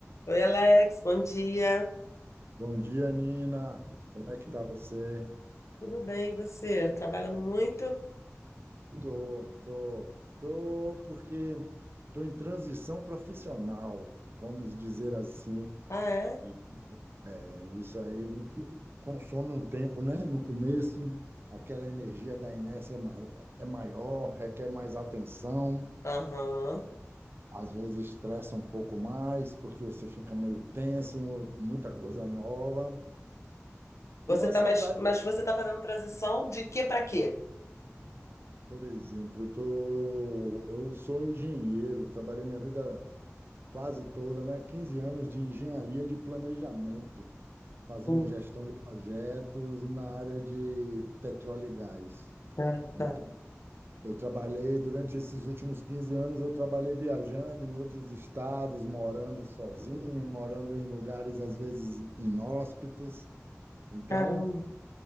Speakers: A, on the left; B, on the right.
A: Oi, Alex, bom dia.
B: Bom dia, Nina. Como é que tá você?
A: Tudo bem, e você? Trabalhando muito?
B: Tô, tô, tô, porque tô em transição profissional, vamos dizer assim.
A: Ah, é?
B: E é, isso aí consome um tempo, né? No começo, aquela energia da inércia é, mai- é maior, requer mais atenção,
A: Aham.
B: às vezes estressa um pouco mais, porque você fica meio tenso, muita coisa nova.
A: Você
B: E uma
A: tá
B: saudade
A: mais, mas você tá fazendo transição de quê para quê?
B: Por exemplo, eu tô, eu sou engenheiro, trabalhei minha vida quase toda, né? 15 anos de engenharia de planejamento, fazendo
A: Hum,
B: gestão de projetos na área de petróleo e gás.
A: ah,
B: Então,
A: tá.
B: eu trabalhei durante esses últimos 15 anos, eu trabalhei viajando em outros estados, morando sozinho, morando em lugares às vezes inóspitos. Então,
A: Caramba.